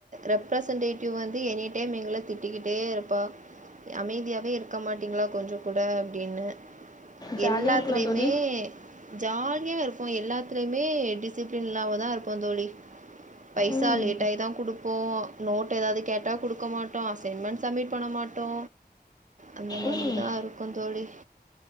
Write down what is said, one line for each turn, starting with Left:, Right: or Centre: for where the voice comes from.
Right: ரெப்ரசன்டேட்டிவ் வந்து எனி டைம் எங்கள திட்டிகிட்டே இருப்பா அமைதியாவே இருக்க மாட்டிங்ளா கொஞ்சங் கூட அப்டின்னு
Left: ஜாலியாக
Right: எல்லாத்துலயுமே
Left: இருக்கலாம் தோழி
Right: ஜாலியா இருப்போ எல்லாத்துலயுமே டிசிப்ளின் இல்லாமதா இருப்போ தோழி பைசா
Left: ம்
Right: லேட் ஆயிதா குடுப்போ நோட் ஏதாவது கேட்டா குடுக்க மாட்டோ அசைன்மென்ட் சமிட் பண்ண மாட் டோ அந்த மாதிரிதா
Left: ம்
Right: இருக்கு தோழி